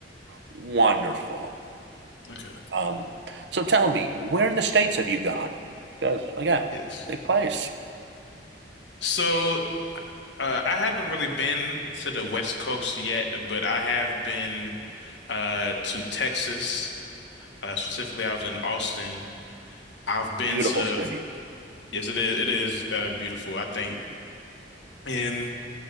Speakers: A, on the right; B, on the left.
A: wonderful.
B: Okay.
A: Um, so tell me, where in the states have you gone? Because again,
B: Yes.
A: big place,
B: So uh, I haven't really been to the West Coast yet, but I have been uh, to Texas. Uh, specifically, I was in Austin. I've been
A: beautiful
B: to
A: city.
B: yes, it is. It is uh, beautiful. I think and